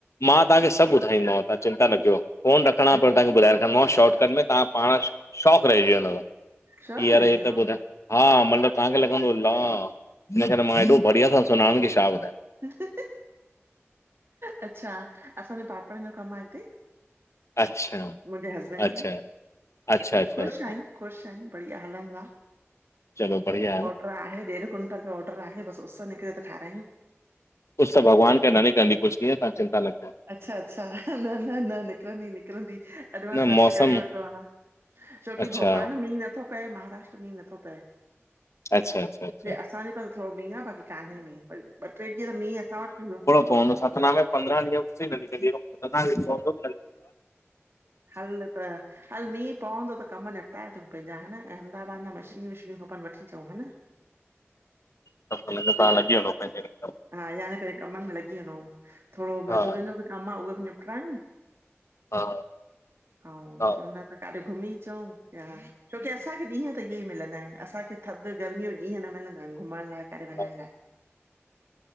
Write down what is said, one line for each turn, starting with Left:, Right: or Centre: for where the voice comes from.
Left: मां तव्हांखे सभु ॿुधाईंदोमाव तव्हां चिंता न कयो, फ़ोनु न खणा
Right: अच्छा
Left: पर तवांखे ॿुधाए रखंदोमाव शॉर्टकट में तव्हां पाण शाॅकु रहिजी वेंदव।
Right: शौक़ु
Left: हियर
Right: रहिजी
Left: ही
Right: वियो
Left: तो ॿुधाया, हा मनु तव्हांखे लॻंदो अल्ला हिनखें त मां हेॾो बढ़िया सां सुञाणा कि छा बुधाएँ?
Right: हहह। अच्छा, असांजो पापड़नि जो कमु आहे हिते।
Left: अच्छा।
Right: मुंहिंजे हसबैंड
Left: अच्छा।
Right: खे
Left: अच्छा-अच्छाअच्छा।
Right: ख़ुशि आहियूं ख़ुशि आहियूं बढ़िया हलनि
Left: चलो बढ़िया आहे न।
Right: त आहे ॾेढ क्विंटल जो ऑडर आहे, बसि उसि निकिरे त ठाहरायूं।
Left: कुझु त भॻवान के न निकरंदी कुझु कीअं तां चिंता न कयो।
Right: अच्छा अच्छा न न न निकिरंदी निकिरंदी अॼु मां
Left: न
Right: सर्च
Left: मौसम
Right: करे वरितो आ, छोकी
Left: अच्छा
Right: भोपाल मींहुं नथो पए, महाराष्ट्र मींहुं नथो पए।
Left: अच्छा अच्छा अच्छा
Right: हे असांजे पास थोडो मींहुं आ, बाक़ी कान्हे मींहुं, ॿ टे ॾींहं त मींहुं असां वटि बि न
Left: पो सतना में पंद्रहं ॾींहं हुते <unintelligible> नतंदो
Right: हल त हल मींहुं पवंदो त कमु निपटाए अचऊं पंहिंजा है ना, अहमदाबाद मां मशीनियूं वशीनियूं खपनि वठी अचऊ, है न।
Left: त हुनखे तां लॻी वञो पंहिंजे रसतऊ।
Right: हा याने पंहिरीं कमनि में लॻी वञो। थोडो
Left: हा
Right: मजूरनि जो बि कमु आ उहो बि निपटरायूं।
Left: हा
Right: अऊं
Left: हा
Right: थोडो न त काॾे घुमी अचऊ या छोकी असांखे ॾींहुं त इहे ई मिलंदा आहिनि, असांखे थधि गर्मियूं ॾींहं न मिलंदा आहिनि घुमण लाइ काॾे वञण
Left: हा
Right: लाए।